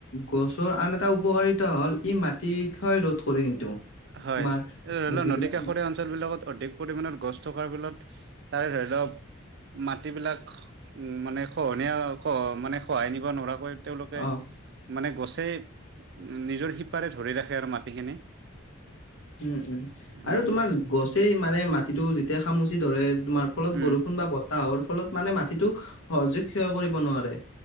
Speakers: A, on the left; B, on the right.
A: গছৰ আন এটা উপকাৰিতা হ'ল ই মাটি ক্ষয় ৰোধ কৰে কিন্তু।
B: হয়,
A: তোমাৰ
B: এতিয়া ধৰি লোৱা,
A: যিবিলাক
B: নদী কাষৰীয়া অঞ্চল বিলাকত অধিক পৰিমাণত গছ থকাৰ ফলত, তাৰে ধৰি লওঁক মাটিবিলাক খ, উ মানে খহনীয়া খ মানে খহাই নিব নোৱাৰাকৈ তেওঁলোকে
A: অ
B: মানে গছেই উম, নিজৰ শিপাৰে ধৰি ৰাখে আৰু মাটিখিনি।
A: উম, উম।
B: হম
A: আৰু তোমাৰ গছেই মানে মাটিটো যেতিয়া খামুচি ধৰে তোমাৰ ফলত
B: উম
A: বৰষুণ বা বতাহৰ ফলত, মানে মাটিটো সহজে ক্ষয় কৰিব নোৱাৰে।